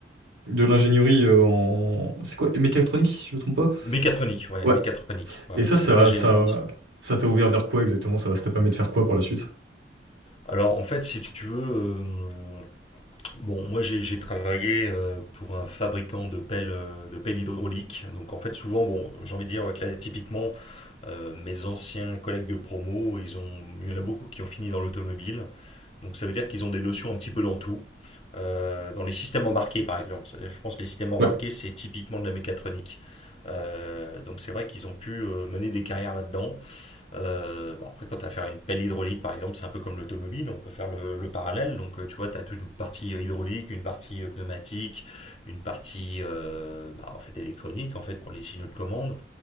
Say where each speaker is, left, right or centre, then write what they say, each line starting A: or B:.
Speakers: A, on the right (about 80°); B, on the left (about 35°).
A: de l'ingénierie euh, en... C'est quoi? Mécatronique, si je me trompe pas?
B: Mécatronique, ouais,
A: Ouais,
B: mécatronique, ouais,
A: Et ça,
B: c'est
A: ça,
B: très généraliste.
A: ça, ça t'a ouvert vers quoi exactement? Ça, ça t'a permis de faire quoi par la suite?
B: Alors en fait, si tu veux, euh, bon, moi j'ai j'ai travaillé euh, pour un fabricant de pelles, euh, de pelles hydrauliques, donc en fait souvent, bon, j'ai envie de dire que typiquement Euh, mes anciens collègues de promo, ils ont, il y en a beaucoup qui ont fini dans l'automobile. Donc ça veut dire qu'ils ont des notions un petit peu dans tout. Euh, dans les systèmes embarqués, par exemple. C'est- Je pense que les systèmes embarqués,
A: Ouais.
B: c'est typiquement de la mécatronique. Euh, donc c'est vrai qu'ils ont pu euh, mener des carrières là-dedans. Euh, bah, après, quand tu as à faire une pelle hydraulique, par exemple, c'est un peu comme l'automobile, on peut faire le, le parallèle. Donc euh, tu vois, tu as toute une partie euh, hydraulique, une partie euh, pneumatique, une partie euh, bah, en fait électronique, en fait pour les signaux de commande.